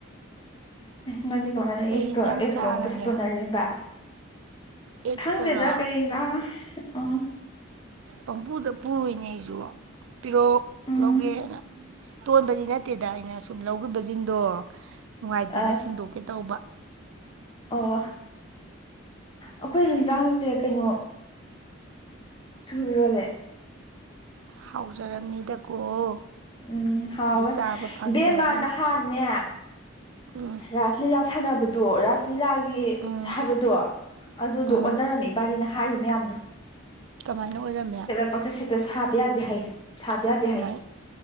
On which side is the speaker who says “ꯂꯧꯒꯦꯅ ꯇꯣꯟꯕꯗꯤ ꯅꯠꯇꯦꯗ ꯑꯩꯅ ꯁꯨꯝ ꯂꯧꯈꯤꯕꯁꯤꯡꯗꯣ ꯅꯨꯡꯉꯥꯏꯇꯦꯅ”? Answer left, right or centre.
Right